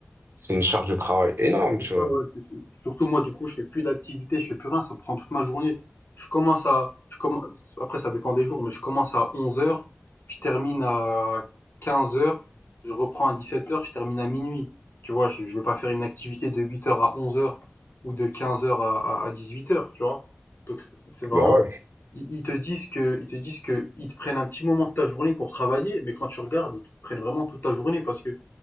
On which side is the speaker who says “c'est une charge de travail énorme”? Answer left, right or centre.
Right